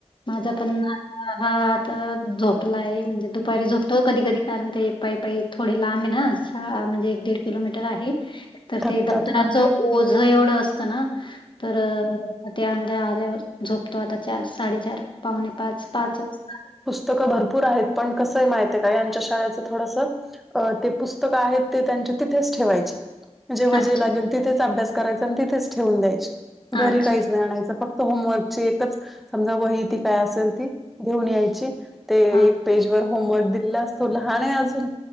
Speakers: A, on the left; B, in the centre.
A: माझा पण नाती हा आता झोपलाय म्हणजे दुपारी झोपतो कधी कधी, कारण ते पायी पायी थोडे लांब आहे ना शाळा म्हणजे एक दीड किलोमीटर आहे. तर
B: थकतात
A: ते दप्तराचं
B: हा
A: ओझं.. एवढं.. असतं ना, तर ते आंदी आल्यावर. झोपतो आता चार साडेचार, पावणे पाच पाच वाजता.
B: तो का भरपूर आहेत पण कसं आहे महित आहे का, यांच्या शाळेचं थोडंसं अ ते पुस्तकं आहेत ते त्यांचे तिथेच ठेवायचे. जेव्हा
A: अच्छा
B: जे लागेल तिथेच अभ्यास करायचा आणि तिथेच ठेवून द्यायचे. घरी
A: अच्छा
B: काही आणायचं फक्त होमवर्कची एकच समजा वही ती काय असेल ती. घेऊन यायची, ते
A: हां.
B: एक पेजवर होमवर्क दिलेला असतो. लहान आहे अजून.